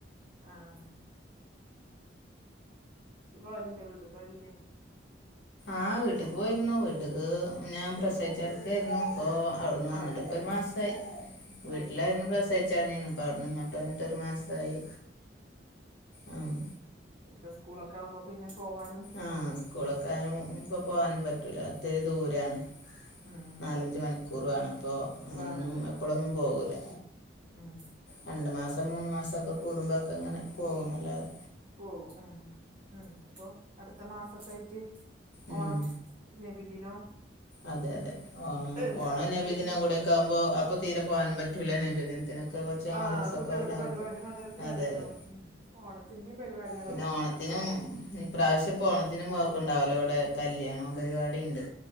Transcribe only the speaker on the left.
ആഹ് വീട്ടക്ക് പോയിരുന്നു വീട്ടക്ക് ഞാൻ പ്രസവിച്ചിറക്കായിരുന്നു ഇപ്പൊ അവിടുന്ന് വന്നിട്ട്പ്പൊ
ഒരു
മാസയി വീട്ടിലായിരുന്നു
പ്രസ <unintelligible> ഇപ്പ അവിടന്ന് ഇങ്ങോട്ട് വന്നിട്ട് ഒരു മാസായി ആഹ്
ആഹ് സ്കൂളൊക്കെ ഇപ്പോ പോകാനും പറ്റൂല ഒത്തിരി ദൂരാണ്
നാലഞ്ച് മണി ക്കൂർ വേണം അപ്പൊ അങ്ങനൊന്നും
എപ്പോളോന്നും
പോകൂല
രണ്ട് മാസം മൂന്ന് മാസക്കെ കൂടുമ്പോഴൊക്കെ ഇങ്ങനെ പോകുന്നല്ലാതെ
ഉം
അതെ അതെ ഓണം
ഓണം
നബിദിന കൂടെ ഒക്കെ ആകുമ്പോ അപ്പൊ തീരെ പോകാനും പറ്റൂല്ല നബിദി ത്തിനൊക്കെ കൊച്ച്
മദ്രാസൊക്കെ
വല്ലപ്പോൾ
അതെ
അതെ
പിന്നെ ഓണ
ത്തിനും
ഈ പ്രാവശ്യം പോണത്തിനും പോക്കെ ഉണ്ടാവല്ലോ ഇവിടെ കല്ല്യാണം പരിപാടി ഉണ്ട്